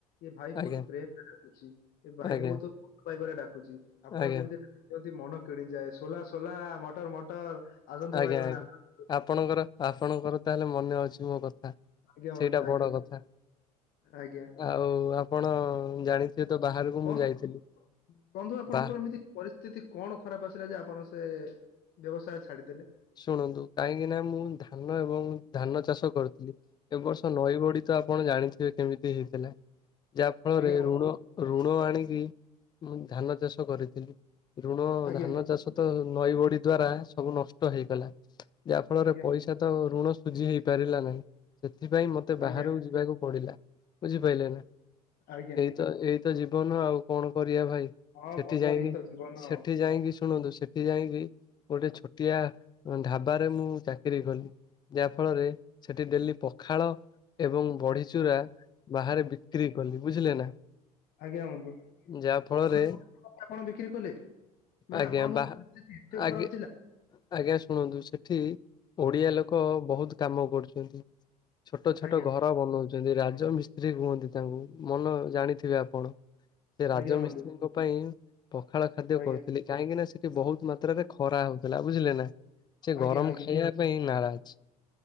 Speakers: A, on the left; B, on the left.
A: ଏ ଭାଇ
B: ଆଜ୍ଞା
A: ବହୁତ ପ୍ରେମ ରେ ଡାକୁଛି ଏ ଭାଇ
B: ଆଜ୍ଞା
A: ବହୁତ ଭଲ ପାଇବାରେ ଡାକୁଛି ଆପଣ
B: ଆଜ୍ଞା
A: ଯେମିତି ଯେମିତି ମନ କିଣିଯାଏ ସୋଲା ସୋଲା ମଟର ମଟର ଆସନ୍ତୁ
B: ଆଜ୍ଞା
A: ଭାଇ ମାନେ
B: ଆଜ୍ଞା
A: ଆସନ୍ତୁ
B: ଆପଣଙ୍କର ଆପଣଙ୍କର ତାହେଲେ ମନେ ଅଛି ମୋ କଥା।
A: ଆଜ୍ଞା
B: ସେଇଟା
A: ବନ୍ଧୁ ଆଜ୍ଞା
B: ବଡ କଥା
A: ଆଜ୍ଞା
B: ଆଉ ଆପଣ ଜାଣିଥିବି ତ ବାହାରକୁ
A: ବନ୍ଧୁ
B: ମୁଁ ଯାଇଥିଲି
A: ବନ୍ଧୁ ଆପଣଙ୍କର
B: ବା
A: ଏମିତି ପରିସ୍ଥିତି କଣ ଖରାପ ଆସିଲା ଯେ ଆପଣ ସେ ବ୍ୟବସାୟ ଛାଡିଦେଲେ?
B: ଶୁଣନ୍ତୁ କାହିଁକି ନା ମୁଁ ଧାନ ଏବଂ ଧାନ ଚାଷ କରୁଥିଲି। ଏ ବର୍ଷ ନଈ ବଢ଼ି ତ ଆପଣ ଜାଣିଥିବେ କେମିତି ହେଇ ଥିଲା ଯା ଫଳରେ
A: ଆଜ୍ଞା ବନ୍ଧୁ
B: ଋଣ ଋଣ ଆଣିକି ମୁଁ ଧାନ ଚାଷ କରିଥିଲି ଋଣ
A: ଆଜ୍ଞା
B: ଧାନ ଚାଷ ଏ ତଳେ ବି ନଈ ବଢ଼ି ଦ୍ଵାରା ସବୁ ନଷ୍ଟ ହେଇଗଲା ଯାହା ଫଳରେ
A: ଆଜ୍ଞା
B: ପଇସା
A: ବନ୍ଧୁ
B: ତ ଋଣ ସୁଝି ହେଇ ପାରିଲା ନାହିଁ ସେଥିପାଇଁ ମତେ ବାହାରକୁ
A: ଆଜ୍ଞା।
B: ଯିବାକୁ ପଡିଲା। ବୁଝିପାଇଲେ ନା
A: ଆଜ୍ଞା
B: ତ ଏଇତ ଜୀବନ ଆଉ କଣ କରିବା ଭାଇ
A: ହଁ
B: ସେଠି
A: ବନ୍ଧୁ
B: ଯାଇକି
A: ଏଇତ ଜୀବନ
B: ସେଠି
A: ଆଉ
B: ଯାଇକି ଶୁଣନ୍ତୁ ସେଠି ଯାଇକି ଗୋଟେ ଛୋଟିଆ ଉ ଢାବାରେ ମୁଁ ଚାକିରୀ କଲି। ଯାହା ଫଳରେ ସେଠି ଡେଲି ପଖାଳ ଏବଂ ବଡ଼ିଚୁରା ବାହାରେ ବିକ୍ରି କଲି ବୁଝିଲେ ନା
A: ଆଜ୍ଞା ବନ୍ଧୁ।
B: ଯାହା ଫଳରେ
A: ପଖାଳ ଆପଣ ବିକ୍ରି କଲେ ମାନେ
B: ଆଜ୍ଞା
A: ଆପଣଙ୍କ
B: ବା
A: ପରିସ୍ଥିତି ଏତେ
B: ଆଜ୍ଞା
A: ଖରାପ ଥିଲା।
B: ଆଜ୍ଞା ଶୁଣନ୍ତୁ ସେଠି ଓଡ଼ିଆ ଲୋକ ବହୁତୁ କାମ କରୁଛନ୍ତି। ଛୋଟ ଛୋଟ
A: ଆଜ୍ଞା
B: ଘର ବନଉଛନ୍ତି ରାଜମିସ୍ତ୍ରୀ କୁହନ୍ତି ତାଙ୍କୁ। ମନ ଜାଣିଥିବେ ଆପଣ ସେ ରାଜମିସ୍ତ୍ରୀଙ୍କ
A: ଆଜ୍ଞା ବନ୍ଧୁ
B: ପାଇଁ ପଖାଳ ଖାଦ୍ୟ
A: ଆଜ୍ଞା
B: କରୁଥିଲେ। କାହିଁକି ନା ସେଠି ବହୁତୁ ମାତ୍ରାରେ ଖରା ହଉଥିଲା ବୁଝିଲେ ନା ସେ
A: ଆଜ୍ଞା
B: ଗରମ
A: ଆଜ୍ଞା
B: ଖାଇବା। ପାଇଁ ନାରାଜ।